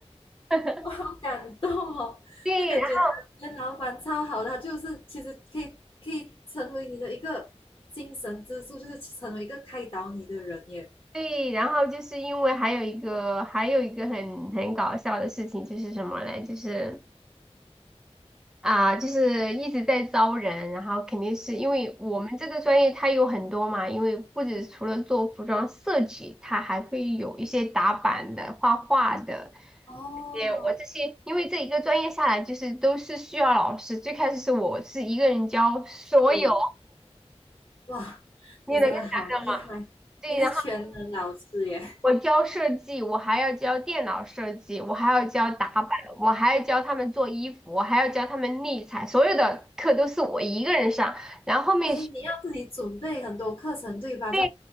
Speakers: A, in the centre; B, on the left.
A: <laughs>
B: 我好感动哦，
A: 对，
B: 那感觉你的老板超好的，
A: 然后
B: 他就是其实可以可以成为你的一个精神支柱，就是成为一个开导你的人耶。
A: 对，然后就是因为还有一个还有一个很很搞笑的事情，就是什么嘞？就是。啊，就是一直在招人，然后肯定是因为我们这个专业它有很多嘛，因为不止除了做服装设计，它还会有一些打板的、画画的。
B: 哦，
A: 也我这些，因为这一个专业下来，就是都是需要老师。最开始是我是一个人教所有，
B: 是，哇，
A: 你能够想象吗？
B: 你真的好厉害，
A: 对，
B: 你是全能老师耶，
A: 然后我教设计，我还要教电脑设计，我还要教打板，我还要教他们做衣服，我还要教他们立裁，所有的课都是我一个人上。然后后面学
B: <laughs> 而且你要自己准备很多课程，对吧？
A: 对，
B: 就